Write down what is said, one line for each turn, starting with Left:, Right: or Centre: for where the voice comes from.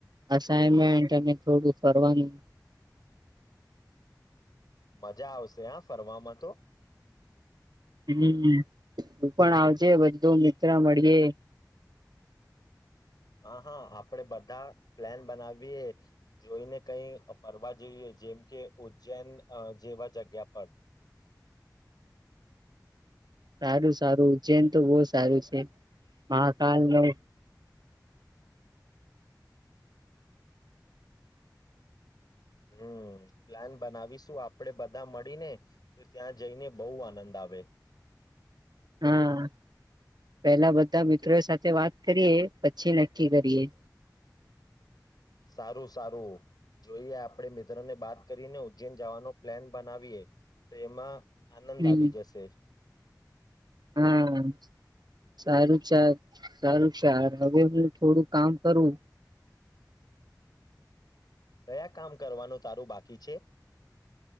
Right: અસાઈમેન્ટ અને થોડું ફવાનું.
Left: મજા આવશે હા ફરવામાં તો.
Right: હમ હું પણ આવજે બધું મિત્ર મળીએ.
Left: હા હા આપણે બધા પ્લાન બનાવીએ જોઈને કઈ ફરવા જઈએ જેમ કે ઉજ્જૈન જેવા જગ્યા પર
Right: સારું સારું ઉજ્જૈન તો બહુ સારું છે મહાકાલ નો
Left: હમ પ્લાન બનાવીશું આપડે બધા મળીને તો ત્યાં જ જઈને બહુ આનંદ આવે.
Right: હા પેલા બધા મિત્રો સાથે વાત કરીએ પછી નક્કી કરીએ.
Left: સારું સારું જોઈએ આપડે મિત્રને બાત કરીને ઉજ્જૈન જવાનો પ્લાન બનાવીએ તો એમાં આનંદ
Right: હમ
Left: આવી જશે.
Right: હા સારું ચ સારું ચાર હવે હું થોડું કામ કરું
Left: કયા કામ કરવાનું તારું બાકી છે.